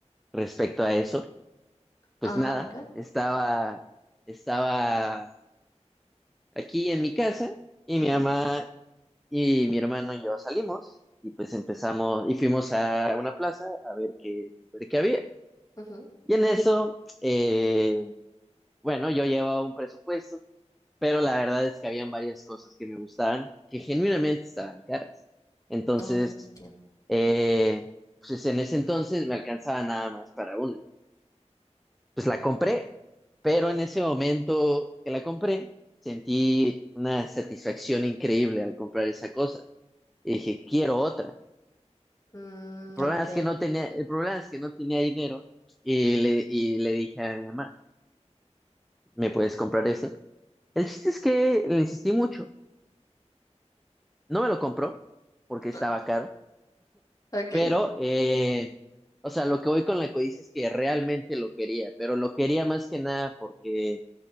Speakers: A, in the centre; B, on the left.
A: respecto a eso. Pues
B: Ah,
A: nada,
B: ok.
A: estaba, estaba aquí en mi casa y
B: Ujú,
A: mi mamá y mi hermano y yo salimos y pues empezamos y fuimos a una plaza a ver qué, a ver qué había.
B: ujú.
A: Y en eso, eh, bueno, yo llevaba un presupuesto, pero la verdad es que habían varias cosas que me gustaban que genuinamente estaban caras. Entonces,
B: Mm, entiendo.
A: Eh, pues en ese entonces me alcanzaba nada más para una. Pues la compré, pero en ese momento que la compré, sentí una satisfacción increíble al comprar esa cosa. Y dije, quiero otra.
B: Mm,
A: El problema
B: ok.
A: es que no tenía, el problema es que no tenía dinero y le, y le dije a mi mamá, ¿me puedes comprar esa? El chiste es que le insistí mucho. No me lo compró porque estaba
B: Ah,
A: caro.
B: Ok.
A: Pero, eh, o sea, lo que voy con la codicia es que realmente lo quería, pero lo quería más que nada porque